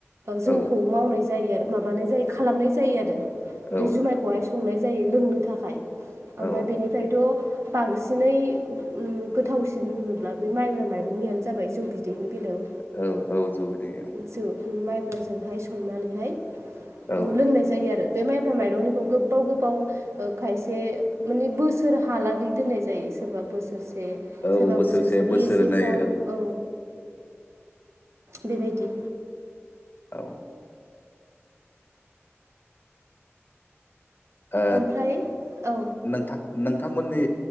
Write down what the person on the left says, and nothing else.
औ
औ
औ
औ औ जौ बिदै
औ
औ
बोसोरसे
बोसोरनै
औ ओ
नोंथां नोंथांमोननि